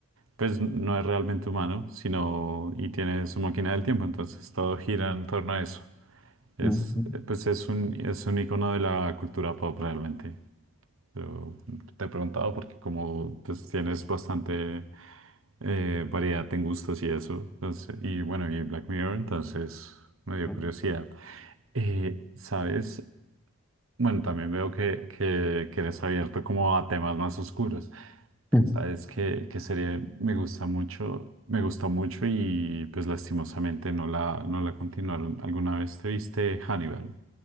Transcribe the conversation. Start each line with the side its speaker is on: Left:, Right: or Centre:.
Right: pues no es realmente humano, sino y tiene su máquina del tiempo, entonces todo gira en torno a eso. Es,
Centre: Ujú.
Right: eh, pues es un, es un icono de la cultura pop realmente. Pero te he preguntado porque como pues, tienes bastante eh, variedad en gustos y eso, entonces, y bueno, y Black Mirror, entonces me dio
Centre: <laughs>
Right: curiosidad. Eh, ¿sabes? Bueno, también veo que, que, que eres abierto como a temas más oscuros.
Centre: Mm.
Right: ¿Sabes que que serie me gusta mucho? Me gustó mucho y pues lastimosamente no la, no la continuaron. ¿Alguna vez te viste Hannibal?